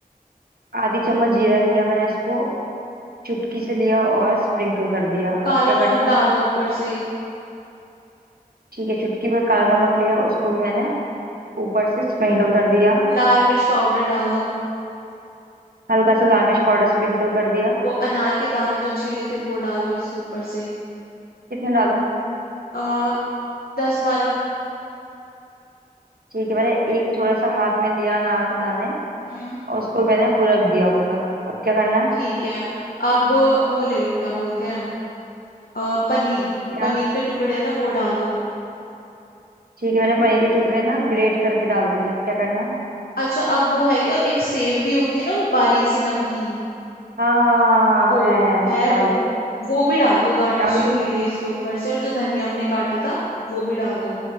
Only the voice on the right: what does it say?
आधी चम्मच जीरा लिया मैंने उसको चुटकी से लिया और स्प्रिंकल कर दिया
अब क्या करना
है?
ठीक है चुटकी भर काला नमक लिया उसको भी मैंने ऊपर से स्प्रिंकल कर दिया
हल्का सा लाल मिर्च पाउडर स्प्रिंकल कर दिया
कितने डालूं
ठीक है मैंने एक थोड़ा सा हाथ में लिया अनार का दाने
और उसको मैंने बुरक दिया ऊपर अब क्या करना है
यहाँ
ठीक है मैंने पनीर के टुकड़े ना ग्रेट करके डाल दिया अब क्या करना है?
हाँ हाँ
हाँ हाँ है है
डाल
दी
डाल दूं